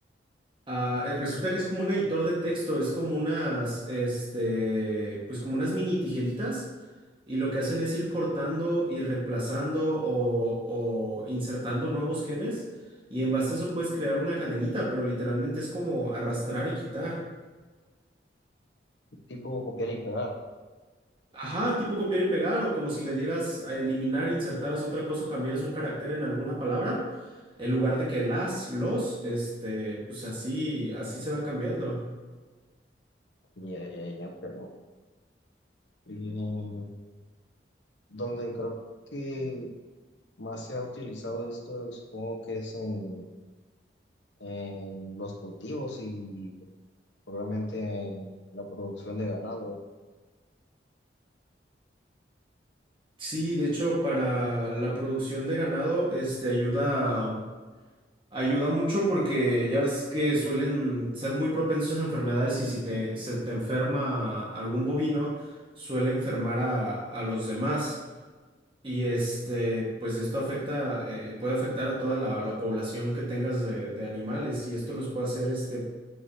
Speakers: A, on the right; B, on the left.
A: Ah, eh, resulta que es como un editor de texto, es como unas, este, pues como unas mini tijeritas y lo que hacen es ir cortando y reemplazando o, o insertando nuevos genes y en base a eso puedes crear una cadenita, pero literalmente es como arrastrar y quitar.
B: tipo copiar y pegar,
A: Ajá, tipo copiar y pegar o como si le dieras a eliminar, insertaras otra cosa o cambiaras un carácter en alguna palabra en lugar de que las, los, este, pues así, así se va cambiando.
B: ya, ya, ya, pero eh, donde creo que más se ha utilizado esto, supongo que es en, en los cultivos y probablemente en la producción de ganado.
A: Sí, de hecho, para la producción de ganado, este ayuda, ayuda mucho porque ya ves que suelen ser muy propensos a enfermedades y si te, se te enferma algún bovino, suele enfermar a, a los demás. Y este,
B: sí.
A: pues esto afecta, eh, puede afectar a toda la, la población que tengas de, de animales y esto los puede hacer, este,